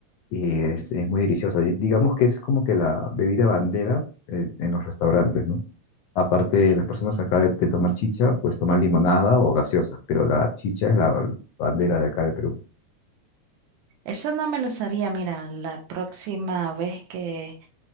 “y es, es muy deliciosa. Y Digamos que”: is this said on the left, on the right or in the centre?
Left